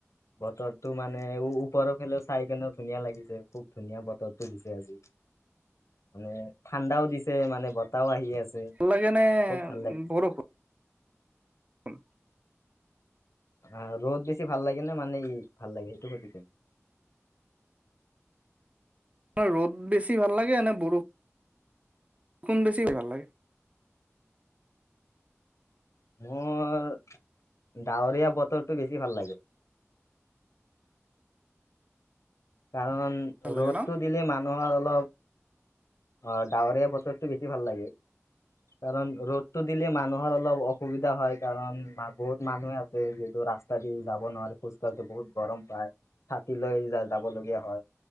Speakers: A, on the left; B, on the right.
A: বতৰটো মানে, ওপৰৰ ফালেও চাই কেনে ধুনীয়া লাগিছে। খুব ধুনীয়া বতৰটো দিছে আজি। মানে ঠাণ্ডাও দিছে, মানে বতাহও আহি আছে।
B: ভাল লাগে নে,
A: খুব ভাল লাগিছে
B: বৰষুণ? উম।
A: অ', ৰ'দ বছি ভাল লাগে নে মানে ইটো ভাল লাগে সেইটো সুধিছে?
B: ৰ'দ বেছি ভাল লাগে নে, বৰষু -বৰষুণ বেছি ভাল লাগে?
A: মোৰ, ডাৱৰীয়া বতৰটো বেছি ভাল লাগে। কাৰণ,
B: ভাল
A: ৰ'দটো
B: লাগে ন?
A: দিলে মানুহৰ অলপ অ' ডাৱৰীয়া বতৰটো বেছি ভাল লাগে। কাৰণ, ৰ'দটো দিলে মানুহৰ অলপ অসুবিধা হয়। কাৰণ বহুত মানুহে যিহেতু, ৰাস্তা দি যাব নোৱাৰে খোজকাঢ়োতে বহুত গৰম পায় ছাতি লৈ য-যাব লগীয়া হয়।